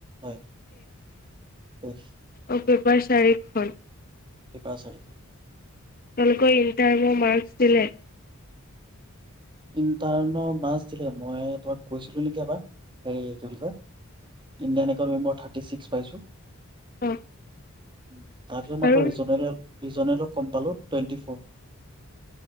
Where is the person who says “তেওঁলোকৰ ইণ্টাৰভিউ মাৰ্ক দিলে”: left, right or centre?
Left